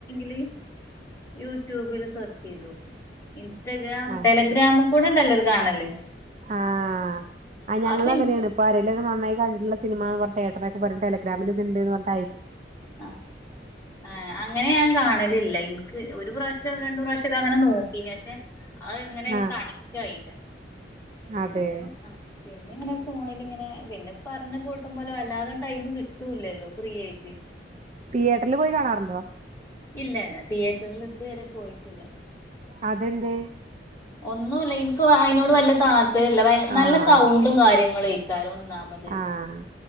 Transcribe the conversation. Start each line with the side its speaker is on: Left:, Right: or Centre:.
Left: ല് യൂട്യൂബില് സെർച്ച് ചെയ്ത് നോക്കും ഇൻസ്റ്റഗ്രാം
Right: ആ
Left: ടെലഗ്രാമും കൂടെ ഉണ്ടല്ലോര് കാണല്
Right: ആഹ് ആ ഞങ്ങള
Left: അതെനിക്ക്
Right: അങ്ങനെയാണ് ഇപ്പ അരലെ നന്നായി കണ്ടിട്ടുള്ള സിനമന്ന് പറഞ്ഞ് തിതിറ്റർ ഒകെ ടെലഗ്രാമിൽ ഇതുണ്ട്ന്ന് പറഞ്ഞ് അ
Left: ആ അങ്ങനെ ഞാൻ കാണലില്ല എനിക്ക് ഒരു പ്ര ഒരു പ്രാവശ്യം രണ്ട് പ്രാവശ്യം ഒക്കെ അങ്ങനെ നോക്കി ഞാൻ പിന്നെ അത് എങ്ങനെലും
Right: ആഹ്
Left: കണക്റ്റ് ആയില്ല
Right: അതെ
Left: പിന്നെ ആഹ് പിന്നെ ഇങ്ങനെ ഫോണിലിങ്ങനെ പിന്നെ പറഞ്ഞ പോട്ടം പോലെ അല്ലാതെ ടൈം കിട്ടൂല്ലല്ലോ ഫ്രീ ആയിട്ട്
Right: തിയേറ്ററില് പോയി കാണാറുണ്ടോ
Left: ഇല്ല ഇല്ല തിയേറ്ററിൽ ഇതുവരെ പോയിട്ടില്ല
Right: അതെന്തേ
Left: ഒന്നുല്ല എൻക്ക് അതിനോട് വല്ല ത ഇല്ല
Right: ആഹ്
Left: നല്ല സൗണ്ടും
Right: ആഹ്
Left: കാര്യങ്ങളും ഇയ്ക്കാലും ഒന്നാമത്
Right: ആഹ്